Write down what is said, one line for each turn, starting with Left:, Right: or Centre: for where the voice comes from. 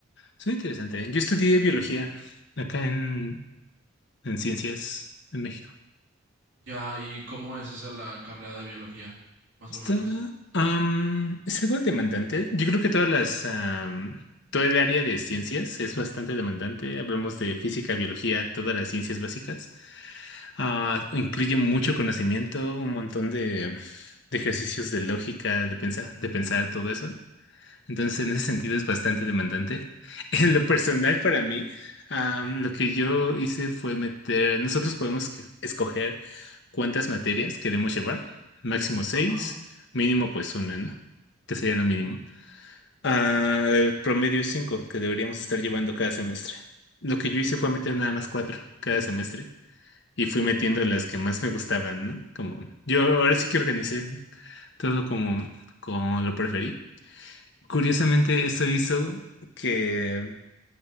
Left: Suena interesante. Yo estudié biología acá en, en Ciencias en México.
Right: Ya, ¿y cómo es esa la carrera de biología? Más
Left: Está,
Right: o menos.
Left: am, es algo demandante. Yo creo que todas las, am, todo el área de ciencias es bastante demandante. Hablamos de física, biología, todas las ciencias básicas. Ah, incluye mucho conocimiento, un montón de, de ejercicios de lógica, de pensar, de pensar todo eso. Entonces, en ese sentido es bastante demandante. <laughs> En lo personal, para mí, am, lo que yo hice fue meter, nosotros podemos que- escoger cuántas materias queremos llevar, máximo seis,
Right: Ajá,
Left: mínimo pues una, ¿no? Que sería lo mínimo. Ah, el promedio es cinco que deberíamos estar llevando cada semestre. Lo que yo hice fue meter nada más cuatro cada semestre y fui metiendo
Right: ajá,
Left: las que más me gustaban, ¿no? Como yo ahora sí que organicé todo como, como lo preferí. Curiosamente, eso hizo que